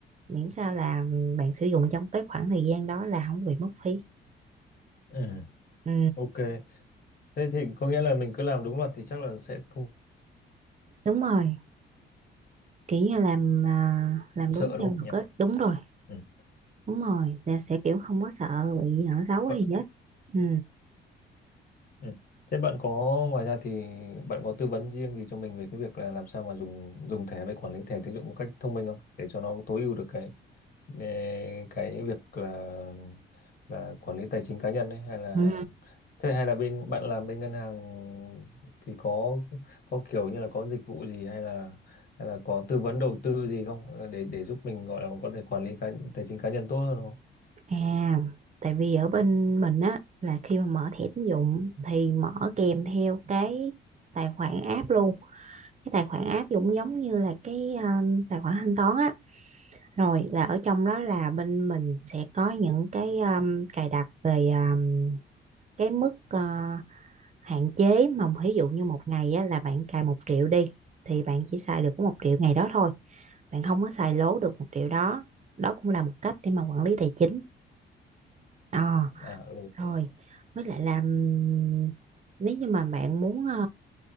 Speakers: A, on the right (about 35°); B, on the left (about 50°).
A: miễn sao là bạn sử dụng trong cái khoảng thời gian đó là không bị mất phí
B: Ừ,
A: ừ
B: ok. Thế thì có nghĩa là mình cứ làm đúng luật thì chắc là sẽ không
A: đúng rồi kiểu như làm à, làm
B: sợ
A: đúng theo
B: đúng không
A: luật
B: nhỉ?
A: á đúng rồi
B: Ừ.
A: đúng rồi là sẽ kiểu không có sợ bị nợ xấu hay
B: Bạn-
A: gì hết ừ
B: ừ. Thế bạn có ngoài ra thì bạn có tư vấn riêng gì cho mình về cái việc là làm sao mà dùng dùng thẻ với quản lý thẻ tín dụng một cách thông minh không để cho nó tối ưu được cái Ờ, cái việc là là quản lý tài chính cá nhân ấy hay là
A: ừ
B: thế hay là bên bạn làm bên ngân hàng thì có có kiểu như là có dịch vụ gì hay là hay là có tư vấn đầu tư gì không để để giúp mình gọi là có thể quản lý cá, tài chính cá nhân tốt hơn không?
A: à tại vì ở bên mình á là khi mà mở thẻ tín dụng thì mở kèm theo cái tài khoản app luôn cái tài khoản app cũng giống như là cái um, tài khoản thanh toán á rồi là ở trong đó là bên mình sẽ có những cái um, cài đặt về um, cái mức à, hạn chế mà ví dụ như một ngày á, là bạn cài một triệu đi thì bạn chỉ xài được có một triệu ngày đó thôi bạn không có xài lố được một triệu đó đó cũng là một cách để mà quản lý tài chính Ờ
B: À
A: rồi với lại là ừm, nếu như mà bạn muốn ờ,